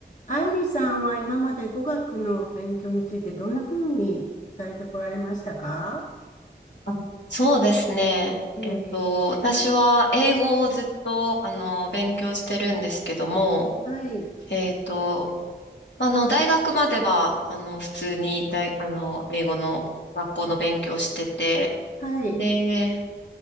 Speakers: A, on the left; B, on the left.
A: アイリさんは今まで語学の勉強についてどんな風にされてこられましたか
B: あそうですね。
A: ええ、
B: えっと、私は英語をずっと、あの、勉強してるんですけども、
A: はい、
B: えっと、あの、大学までは、あの、普通に大、あの、英語の学校の勉強してて、
A: はい、
B: で、